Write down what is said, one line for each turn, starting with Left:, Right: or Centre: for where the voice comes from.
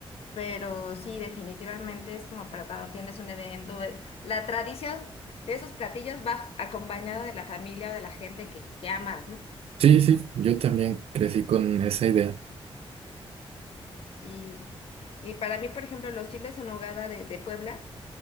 Left: pero sí, definitivamente es como para cuando tienes un evento. eh, La tradición de esos platillos va acompañada de la familia o de la gente que, que amas, ¿no?
Right: Sí, sí, yo también crecí con esa idea.
Left: Y, y para mí, por ejemplo, los chiles en nogada de, de Puebla